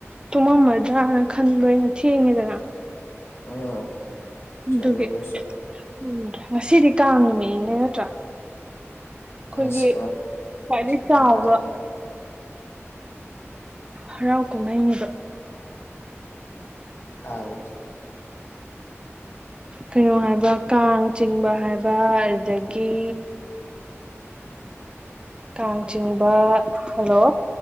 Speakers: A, on the right (about 20°); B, on the left (about 60°).
A: ꯇꯨꯝꯃꯝꯃꯗ꯭ꯔꯥꯅ ꯈꯟꯕꯣꯏꯩꯅ ꯊꯦꯡꯉꯦꯗꯅ
B: ꯎꯝ
A: ꯑꯗꯨꯒꯤ
B: ꯆꯨꯝꯃꯤꯅꯦ ꯆꯨꯝ
A: ꯎꯝꯗ꯭ꯔꯦ ꯉꯁꯤꯗꯤ ꯀꯥꯡ ꯅꯨꯃꯤꯠꯅꯤꯅꯦ ꯅꯠꯇ꯭ꯔꯥ ꯑꯩꯈꯣꯏꯒꯤ
B: ꯉꯁꯤ
A: ꯈ꯭ꯋꯥꯏꯗꯒꯤꯩ ꯆꯥꯎꯕ
B: ꯀꯥꯕꯁꯦ
A: ꯍꯔꯥꯎ ꯀꯨꯝꯍꯩꯅꯦꯕ
B: ꯀꯥꯡꯁꯦ
A: ꯀꯩꯅꯣ ꯍꯥꯏꯕ ꯀꯥꯡ ꯆꯤꯡꯕ ꯍꯥꯏꯕ ꯑꯗꯨꯗꯒꯤ ꯀꯥꯡꯆꯤꯡꯕ ꯍꯜꯂꯣ